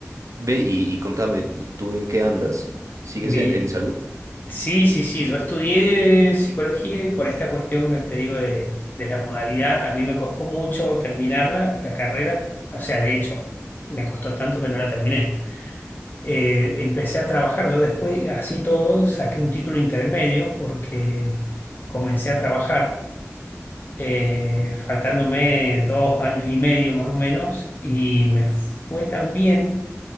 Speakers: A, on the right; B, on the left.
A: Ve y, y contame, ¿tú, tú en qué andas? ¿Sigues
B: Mi,
A: en, en salud?
B: sí, sí, sí, yo estudié psicología y por esta cuestión que te digo de, de la modalidad, a mí me costó mucho terminarla, la carrera, o sea, de hecho, me costó tanto que no la terminé. eh, empecé a trabajar. Yo después, así todo, saqué un título intermedio porque comencé a trabajar, eh, faltándome dos años y medio más o menos, y me fue tan bien